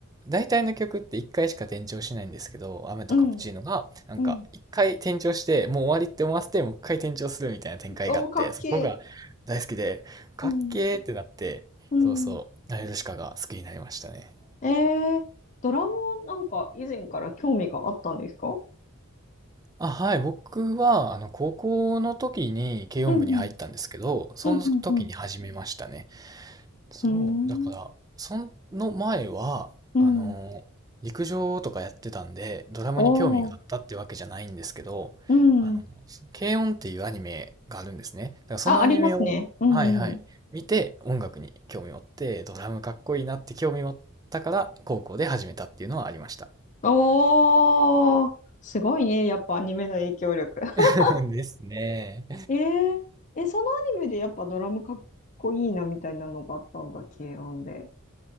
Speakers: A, on the right; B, on the left.
A: 大体の曲って1回しか転調しないんですけど、雨とカプチーノが、
B: う。うん、
A: なんか、
B: うん。
A: 1回転調して、もう終わりって思わせて、もう1回転調するみたいな展開があって、
B: おー、かっけえ。
A: そこが大好きで、かっけーってなって、
B: うん、うん。
A: そうそう、ナヨルシカが好きになりましたね。
B: ええードラムはなんか以前から興味があったんですか
A: あ、はい、僕は、あの、高校の時に軽音部に入ったんですけど、
B: うんうん。
A: その時に始めましたね。
B: うんうん
A: そう、
B: うんうーん。
A: だから、その前は、
B: うん。
A: あのー陸上とかやってたんで、ドラムに興味があったってわけじゃないんですけど、
B: おー。うん。
A: あの、軽音っていうアニメがあるんですね。だからそのアニメを、
B: あ、ありますね。うんうん。
A: はいはい、見て音楽に興味持って、ドラムかっこいいなって興味持ったから、高校で始めたっていうのはありました。
B: おー。すごいね。やっぱアニメの影響力。<laughs>
A: <laughs> ですね。
B: えー、え、そのアニメでやっぱドラムかっこいいなみたいなのがあったんだ、軽音で。